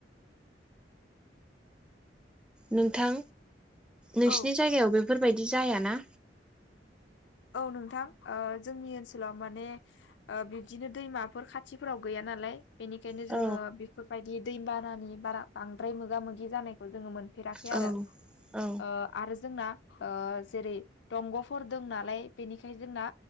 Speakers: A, in the centre; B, on the left.
A: नोंथां नोंसिनि
B: औ
A: जायगायाव बेफोरबायदि जायाना?
B: औ नोंथां ओ जोंनि ओनसोलाव माने ओ बिबदिनो दैमाफोर खाथिफोराव गैया नालाय। बेनिखायनो
A: औ
B: जोङो बेफोरबायदि दैबानानि बारा बांद्राय मोगा मोगि जानायखौ जोङो मोन फेराखै
A: औ
B: आरो
A: औ
B: ओ आरो जोंना ओ जेरै दंग'फोर दंना नालाय बेनिखायनो जोंना